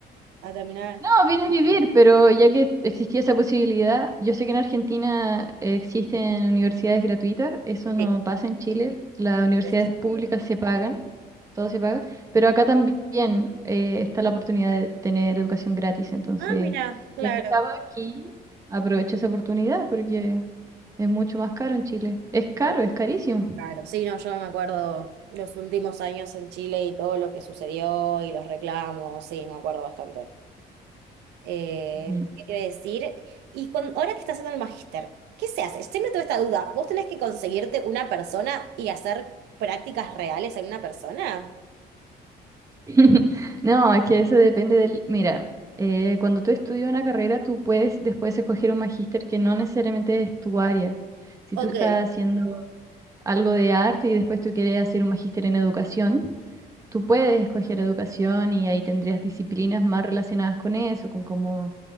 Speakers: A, on the right; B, on the right.
A: a terminar.
B: No, vine a vivir, pero ya que existía esa posibilidad, yo sé que en Argentina eh, existen universidades gratuitas, eso no
A: Sí,
B: pasa en Chile, las universidades
A: eso es así.
B: públicas se pagan, todo se paga, pero acá también eh, está la oportunidad de tener educación gratis, entonces
A: Ah, mira, claro.
B: ya que estaba aquí, aprovecho esa oportunidad porque es mucho más caro en Chile, es caro, es carísimo.
A: Claro, sí, no, yo me acuerdo los últimos años en Chile y todo lo que sucedió y los reclamos, sí, me acuerdo bastante. Eh,
B: Ujú.
A: ¿qué te iba a decir? Y cuando, ahora que estás haciendo el magíster, ¿qué se hace? Siempre tuve esta duda. ¿Vos tenés que conseguirte una persona y hacer prácticas reales en una persona?
B: <laughs> No, es que eso depende del... Mira, eh, cuando tú estudias una carrera, tú puedes después escoger un magíster que no necesariamente es tu área. Si
A: Ok.
B: tú estás haciendo algo de arte y después tú quieres hacer un magíster en educación, tú puedes escoger educación y ahí tendrías disciplinas más relacionadas con eso, con cómo